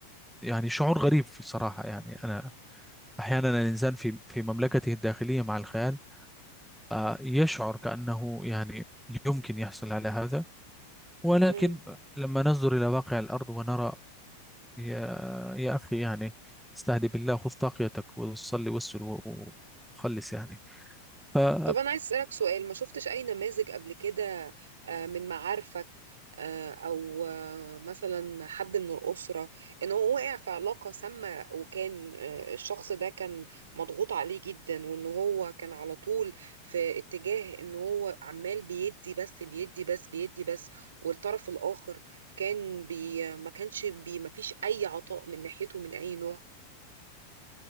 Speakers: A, in the centre; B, on the right.
A: يعني شعور غريب في الصراحة يعني أنا أحيانا الإنسان في في مملكته الداخلية مع الخيال آه، يشعر كأنه يعني يمكن يحصل على هذا ولكن
B: امم
A: لما ننظر إلى واقع الأرض ونرى يا يا أخي يعني استهدي بالله خذ طاقيتك وصلي وسل و- وخلص يعني فلا
B: طب أنا عايز أسألك سؤال ما شفتش أي نماذج قبل كده آه، من معارفك آه، أو آه، مثلا حد من الأسرة إن هو وقع في علاقة سامة وكان آه، الشخص ده كان مضغوط عليه جدا وإن هو كان على طول في اتجاه إن هو عمال بيدي بس بيدي بس بيدي بس والطرف الآخر كان بي ما كانش بي ما فيش أي عطاء من ناحيته من أي نوع